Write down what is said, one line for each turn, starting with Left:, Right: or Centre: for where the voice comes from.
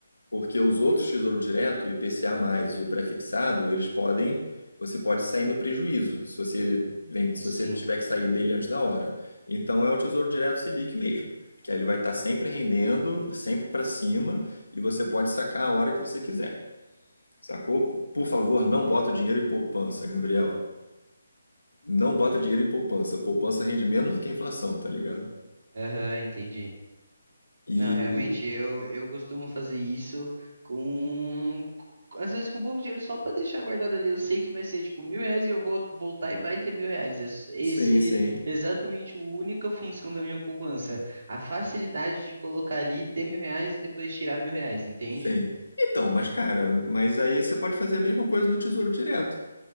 Left: porque os outros Tesouro Direto, o IPCA+, e o prefixado, eles podem, você pode sair no prejuízo, se você, vem- se
Right: Sim.
Left: você tiver que sair dele antes da hora. Então é o Tesouro Direto Selic mesmo, que aí ele vai estar sempre rendendo, sempre para cima, e você pode sacar a hora que você quiser. Sacou? Por favor, não bota o dinheiro em poupança, Gabriel. Não bota dinheiro em poupança. Poupança rende menos do que a inflação, tá ligado?
Right: Aham, entendi.
Left: E
Right: Não, realmente, eu, eu costumo fazer isso com. Às vezes com pouco dinheiro só pra deixar guardado ali. Eu sei que vai ser tipo mil reais e eu vou voltar e vai ter mil reais. Es- Esse
Left: sim, sim.
Right: é exatamente a única função da minha poupança. A facilidade de colocar ali, ter mil reais e depois tirar mil reais, entende?
Left: Sim. Então, mas cara, mas aí você pode fazer a mesma coisa no Tesouro Direto.